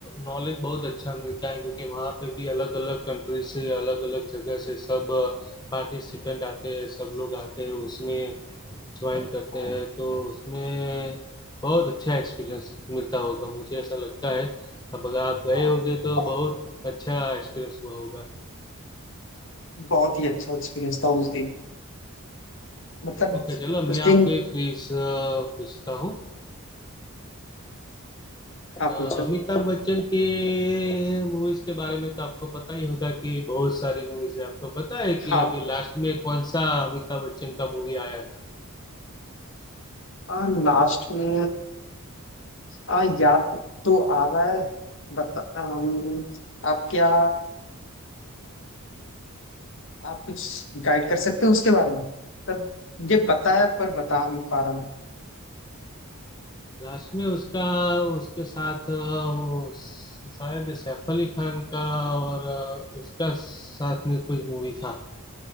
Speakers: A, on the left (about 20°); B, on the left (about 55°).
A: नॉलेज बहुत अच्छा मिलता है क्योंकि वहाँ पे भी अलग अलग कंट्री से अलग अलग जगह से सब पार्टिसिपेंट आते हैं सब लोग आते हैं उसमें ज्वाइन करते
B: हाँ
A: हैं तो उसमें बहुत अच्छा एक्सपीरियंस मिलता होगा मुझे ऐसा लगता है अब अगर आप गए
B: हाँ।
A: होगे
B: बहुत
A: तो बहुत अच्छा एक्सपीरियंस हुआ होगा
B: बहुत ही अच्छा एक्सपीरियंस था उस दिन मतलब
A: ओके चलो मैं
B: उस
A: आपको
B: दिन
A: एक क्विज पूछता हूँ
B: हाँ
A: अ,
B: पूछो
A: अमिताभ बच्चन के मूवीज के बारे में तो आपको पता ही होगा कि बहुत सारी मूवीज है आपको पता है कि
B: हाँ
A: अभी लास्ट में कौन सा अमिताभ बच्चन का मूवी आया था
B: हाँ लास्ट में हाँ याद तो आ रहा है बता अम, आप क्या आप कुछ गाइड कर सकते हो उसके बारे में मतलब ये पता है पर बता नहीं पा रहा हूँ
A: लास्ट में उसका उसके साथ अ, वो शायद सैफ अली खान का और अ, उसका साथ में कुछ मूवी था